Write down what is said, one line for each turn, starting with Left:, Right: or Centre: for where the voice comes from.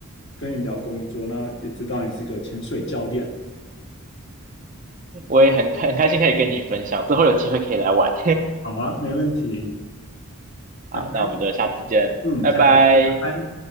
Left: 跟你聊工作，那也知道你是个潜水教练。
Right: 我也很开很开心可以跟你分享，之后有机会可以来玩。
Left: 好啊，没问题，
Right: <laughs> 好，
Left: 拜拜。
Right: 那我们就下次见，
Left: 嗯，
Right: 拜拜。
Left: 下次见，拜拜。